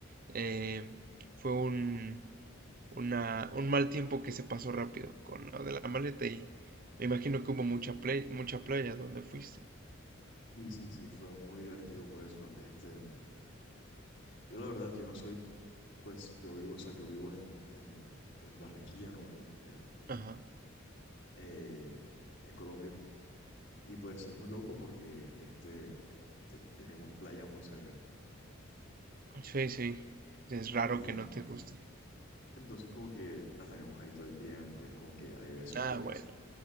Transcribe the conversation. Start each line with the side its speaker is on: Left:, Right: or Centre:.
Right: eh, fue un una, un mal tiempo que se pasó rápido con lo de la maleta y me imagino que hubo mucha play- mucha playa donde fuiste.
Left: Y sí, sí, fue muy divertido por eso. Este, yo la verdad, yo no soy, pues yo vivo, o sea, yo vivo en, en, en Barranquilla, ¿no? En, en,
Right: Ajá.
Left: eh, en Colombia. Y pues es muy loco porque este, eh, te- tenemos playa muy cerca.
Right: Sí, sí. Es raro
Left: Y
Right: que no te guste.
Left: entonces como que las tenemos ahí todo el tiempo y es como que hay veces
Right: Ah,
Left: que
Right: bueno.